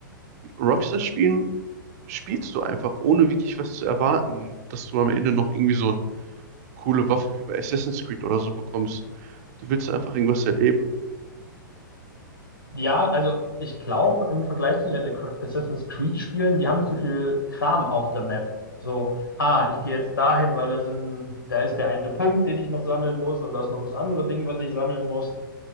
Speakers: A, on the right; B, on the left.
A: Rockstar-Spielen spielst du einfach, ohne wirklich was zu erwarten, dass du am Ende noch irgendwie so eine coole Waffe wie bei Assassin's Creed oder so bekommst. Du willst einfach irgendwas erleben.
B: Ja, also ich glaube, im Vergleich zu den Ac- Assassin's Creed-Spielen, die haben zu viel Kram auf der Map. So, ah, ich gehe jetzt dahin, weil da sind, da ist der eine Punkt, den ich noch sammeln muss und da ist noch das andere Ding, was ich sammeln muss.